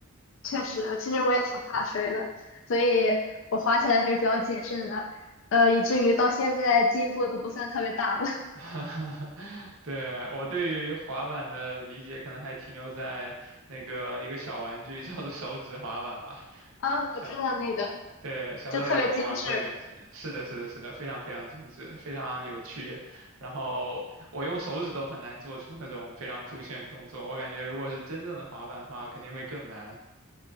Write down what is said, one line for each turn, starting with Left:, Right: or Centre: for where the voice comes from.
Left: 确实，其实我也挺怕摔的，所以我滑起来还是比较谨慎的，呃，以至于到现在进步都不算特别大吧。<laughs>
Right: <laughs> 对，我对于滑板的理解可能还停留在那个一个小玩具叫做手指滑板吧。
Left: 啊，
Right: 小。
Left: 我知道那个，
Right: 对，小时候有玩过一段时间，
Left: 就特别精致，
Right: 是的，是的，是的，非常非常精致，非常有趣。然后我用手指都很难做出那种非常酷炫的动作，我感觉如果是真正的滑板的话，肯定会更难